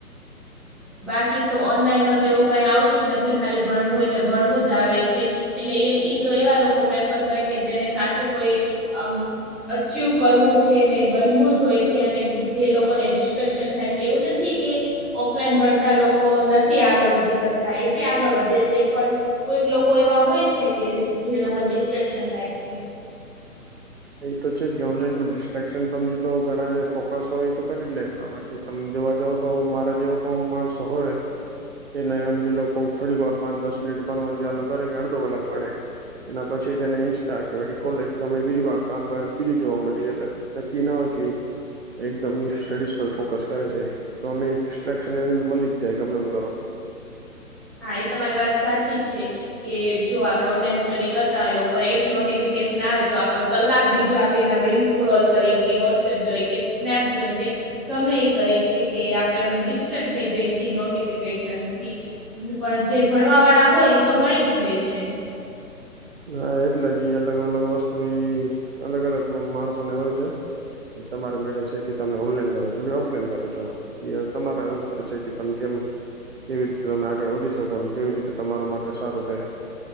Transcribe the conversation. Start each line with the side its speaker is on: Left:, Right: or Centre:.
Centre: બાકી તો ઓનલાઈનમાં તો એવું કઈ આવતું જ નથી ખાલી ભણવું એટલે ભણવું જ આવે છે એટલે એ તો એવા લોકો પ્રેફર કરે કે જેને સાચે કોઈ અમ અચીવ કરવું છે ને બનવું જ હોય છે અને જે લોકોને ડિસ્ટ્રેક્શન થાય છે એવું નથી કે ઓલાઈન ભણતા લોકો નથી આગળ વધી શકતા એ બી આગળ વધે છે પણ કોઈક લોકો એવા હોય છે કે જે <inaudible> લોકોને ડિસ્ટ્રેક્શન થાય છે
Right: એ તો છે જ કે ઓનલાઈન માં ડિસ્ટ્રક્શન સમજી લો ઘણા ને ફોકસ હો એ તો કરી લે બાકી તમે જોવા જાવ તો મારા જેવાો કોણ માણસો હોય એ ન એમ જે લોકો થોડીક વાર પાંચ દસ મિનિટ બનવાનું ચાલુ કરે કે અડધો કલાક બણે એના પછી તેને ઇન્સ્ટા કેી ખોલે ગમે બીજું કામ કરે બીજું જોવા મળે એટલે નક્કી ના હોય કે એકદમ સ્ટડીઝ પર ફોકસ કરે છે તો અમે ડિસ્ટ્રક્શન એને તો મલી જ જાય ગમે એમ કરો
Centre: હા એ તમારી વાત સાચી છે કે જો આપે ઓનલાઈન સ્ટડી કરતા હોય ને ઉપર એક નોટિફિકેશન આવે તો આપડો કલાક બીજો આપે એ રીલ્સ સ્ક્રોલ કરી કે વોટ્સએપ જોઈ કે સ્નેપ જોઈ કે ગમે એ કરી છે કે આપે એમ ડિસ્ટ્રક્ટ થઈ જાય છી નોટિફિકેશ નથી પણ જે ભણવા વાળા હોય એ તો ભણી જ લે છે.
Right: હા એટલે જ ઈ અલગ અલગ વસ્તુ અલગ અલગ માણસોને હોય છે એ તમારે મળે છે કે તમે ઓનલાઈન કરો છો કે ઓફલાઈન કરો છો તમારા ઉપર છે કે તમે કેમ કેવી રીતે તમે આગળ વધી શકો કેવી રીતે તમાર માટે સારું રે